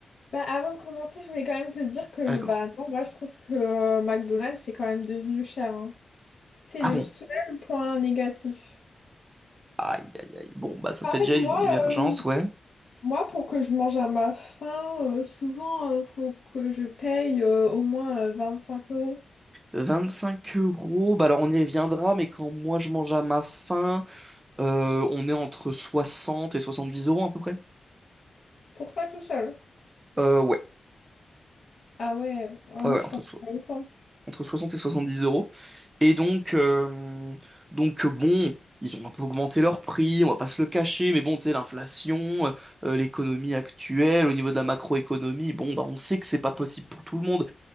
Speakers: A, on the left; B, on the right.
A: Bah avant de commencer, je voulais quand même te dire que
B: Ah, D'accord.
A: bah non, moi je trouve que euh, McDonald's c'est quand même devenu cher. hein. C'est
B: Ah
A: le
B: bon,
A: seul point négatif.
B: Aïe, aïe, aïe. Bon, bah ça
A: Bah,
B: fait
A: en fait,
B: déjà
A: moi,
B: une divergence,
A: euh,
B: ouais.
A: moi pour que je mange à ma faim, euh, souvent euh, faut que je paye euh, au moins euh, 25 euros.
B: 25 euros, bah alors on y reviendra, mais quand moi je mange à ma faim, euh, on est entre 60 et 70 euros à peu près.
A: Pour toi tout seul.
B: Euh, ouais,
A: Ah ouais, ah
B: ouais,
A: non,
B: ouais,
A: je
B: entre,
A: pense
B: so-
A: pas autant.
B: entre 60 et 70 euros. Et donc, euh, donc euh, bon, ils ont un peu augmenté leur prix, on va pas se le cacher, mais bon, tu sais, l'inflation, euh, euh, l'économie actuelle, au niveau de la macroéconomie, bon, bah on sait que c'est pas possible pour tout le monde.